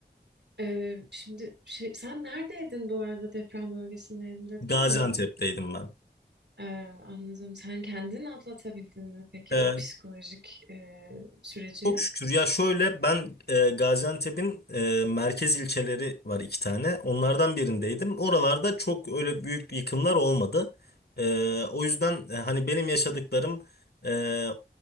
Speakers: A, on the right; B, on the left.
A: Ee, şimdi şey, sen neredeydin bu arada deprem bölgesindeyim dedin
B: Gaziantep'teydim
A: de.
B: ben.
A: Ee, anladım. Sen kendin atlatabildin mi peki
B: Ee,
A: o psikolojik e, süreci?
B: çok şükür ya şöyle ben e, Gaziantep'in e, merkez ilçeleri var iki tane. Onlardan birindeydim. Oralarda çok öyle büyük yıkımlar olmadı. Ee, o yüzden e, hani benim yaşadıklarım e,